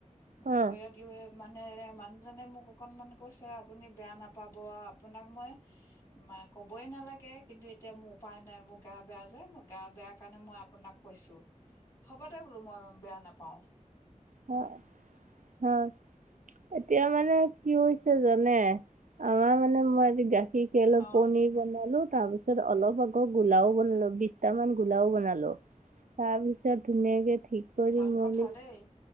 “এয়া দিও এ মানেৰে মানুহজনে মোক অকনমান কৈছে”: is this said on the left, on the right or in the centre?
Left